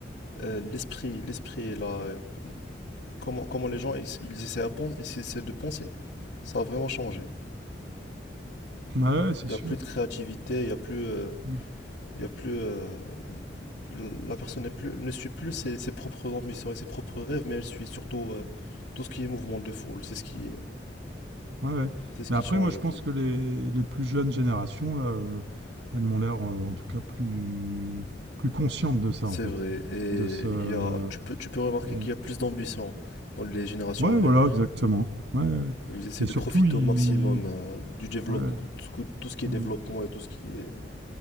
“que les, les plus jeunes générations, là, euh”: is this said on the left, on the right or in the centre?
Right